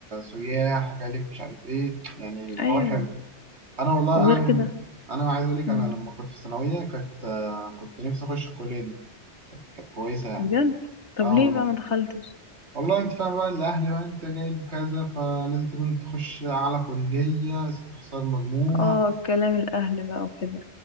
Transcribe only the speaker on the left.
ايوه
وغير
كده
امم
بجد طب
ليه
بقى ما دخلتش
اه كلام الاهل بقى وكده